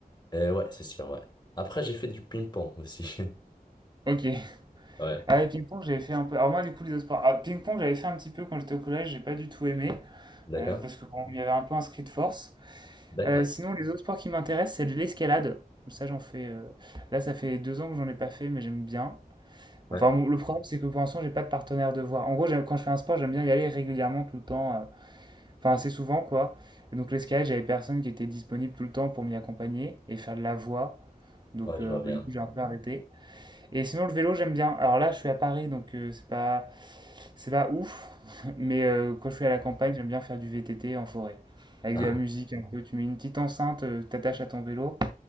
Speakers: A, on the left; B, on the right.
A: Euh, ouais, c'est sûr, ouais. Après, j'ai fait du ping-pong aussi. <laughs>
B: Ok.
A: Ouais.
B: Ah, et ping-pong, j'avais fait un peu. Alors, moi, du coup, les autres sports. Ah, ping-pong, j'avais fait un petit peu quand j'étais au collège, j'ai pas du tout aimé.
A: D'accord?
B: euh, parce que, bon, il y avait un peu un de force.
A: D'accord.
B: Euh, sinon, les autres sports qui m'intéressent, c'est de l'escalade. Ça, j'en fais. euh, Là, ça fait deux ans que j'en ai pas fait, mais j'aime bien.
A: Ouais.
B: Enfin, mon- le problème, c'est que pour l'instant, j'ai pas de partenaire de voie. En gros, j'aime- quand je fais un sport, j'aime bien y aller régulièrement, tout le temps. euh, Enfin, assez souvent, quoi. Et donc, l'escalade, j'avais personne qui était disponible tout le temps pour m'y accompagner et faire de la voie. Donc,
A: Ouais, je
B: euh,
A: vois
B: bah,
A: bien.
B: du coup, j'ai un peu arrêté. Et sinon, le vélo, j'aime bien. Alors là, je suis à Paris, donc euh, c'est pas, c'est pas ouf. <laughs> Mais euh, quand je suis à la campagne, j'aime bien faire du VTT en forêt. Avec
A: Ah,
B: de la musique un peu. Tu mets une petite enceinte, euh, t'attaches à ton vélo